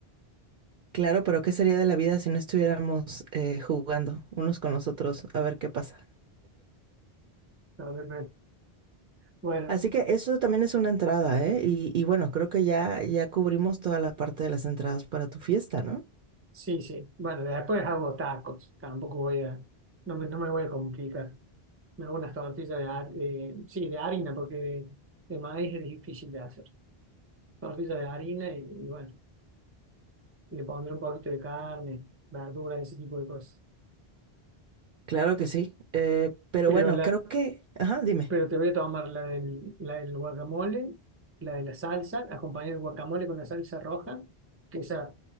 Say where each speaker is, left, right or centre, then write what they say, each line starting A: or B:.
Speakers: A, on the right; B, on the right.
A: Claro, pero ¿qué sería de la vida si no estuviéramos eh, jugando unos con los otros a ver qué pasa?
B: No, de Bueno,
A: Así que eso también es una entrada, ¿eh? Y, y bueno, creo que ya, ya cubrimos toda la parte de las entradas para tu fiesta, ¿no?
B: sí, sí. Bueno, después hago tacos. Tampoco voy a, no me, no me voy a complicar. Me hago unas tortillas de, har- de- sí, de harina porque de, de maíz es difícil de hacer. Tortillas de harina y, y bueno, le pondré un poquito de carne, verduras, ese tipo de cosas.
A: Claro que sí. Eh, pero
B: Pero
A: bueno,
B: la,
A: creo que... Ajá, dime.
B: Pero te voy a tomar la del, la del guacamole, la de la salsa, acompañada del guacamole con la salsa roja, que esa